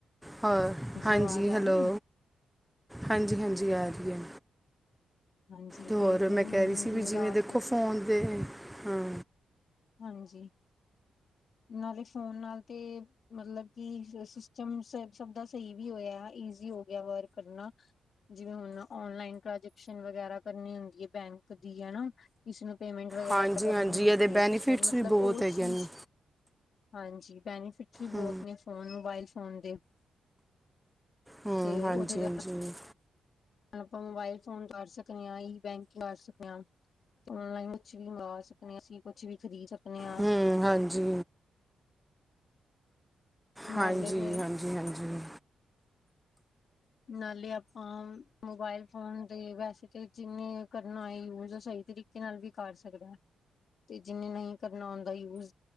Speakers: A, in the centre; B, on the left.
A: ਹੋਰ ਹਾਂਜੀ
B: ਆਵਾਜ਼ ਆ
A: ਹੈਲੋ
B: ਰਹੀ ਹੈ
A: ਹਾਂਜੀ, ਹਾਂਜੀ ਆ ਰਹੀ ਹੈ।
B: ਹਾਂਜੀ
A: ਹੋਰ
B: ਤੇ ਫਿਰ
A: ਮੈਂ
B: ਹੁਣ
A: ਕਹਿ ਰਹੀ ਸੀ ਵੀ ਜਿਵੇਂ
B: ਰਾਤ
A: ਦੇਖੋ
B: ਦੇ
A: ਫੋਨ ਦੇ ਹਾਂ।
B: ਹਾਂਜੀ ਨਾਲੇ ਫੋਨ ਨਾਲ ਤੇ ਮਤਲਬ ਕਿ ਸਿਸਟਮ ਸ ਸਭ ਦਾ ਸਹੀ ਵੀ ਹੋਇਆ ਈਜ਼ੀ ਹੋ ਗਿਆ ਵਰਕ ਕਰਨਾ ਜਿਵੇਂ ਹੁਣ ਓਨਲਾਈਨ ਟ੍ਰਾਂਜੈਕਸ਼ਨ ਵਗੈਰਾ ਕਰਨੀ ਹੁੰਦੀ ਹੈ ਬੈਂਕ ਦੀ ਹੈ। ਇਸਨੂੰ ਪੇਮੈਂਟ ਵਗੈਰਾ
A: ਹਾਂਜੀ
B: ਕਰਨੀ
A: ਹਾਂਜੀ
B: ਹੁੰਦੀ
A: ਇਹਦੇ
B: ਹੈ।
A: ਬੈਨੀਫਿਟਸ
B: ਤੇ ਫਿਰ ਮਤਲਬ
A: ਵੀ ਬਹੁਤ
B: ਉਹ
A: ਹੈਗੇ
B: ਚੀਜ਼
A: ਨੇ
B: ਹਾਂਜੀ। ਬੈਨੀ ਫਿੱਟ ਵੀ
A: ਹੂੰ
B: ਬਹੁਤ ਨੇ ਫੋਨ ਮੋਬਾਇਲ ਫੋਨ ਦੇ।
A: ਹੂੰ
B: ਤੇ
A: ਹਾਂਜੀ,
B: ਉਹਦੇ ਨਾਲ
A: ਹਾਂਜੀ।
B: ਆਪਾਂ ਮੋਬਾਇਲ ਫੋਨ ਕਰ ਸਕਦੇ ਹਾਂ ਇ ਬੈਂਕ ਕਰ ਸਕਦੇ ਹਾਂ ਔਨਲਾਈਨ ਕੁਛ ਵੀ ਮੰਵਾ ਸਕਦੇ ਆ ਅਸੀਂ ਕੁਛ ਵੀ ਖਰੀਦ ਸਕਦੇ ਹਾਂ
A: ਹੂੰ। ਹਾਂਜੀ। ਹਾਂਜੀ,
B: ਨਾਲੇ ਫਿਰ
A: ਹਾਂਜੀ, ਹਾਂਜੀ।
B: ਨਾਲੇ ਆਪਾਂ ਮੋਬਾਇਲ ਫੋਨ ਤੇ ਵੈਸੇ ਤੇ ਜਿੰਨੇ ਕਰਨਾ ਯੂਜ ਉਹ ਸਹੀ ਤਰੀਕੇ ਨਾਲ ਵੀ ਕਰ ਸਕਦਾ ਤੇ ਜਿੰਨੇ ਨਹੀਂ ਕਰਨਾ ਆੁੰਂਦਾ ਯੂਜ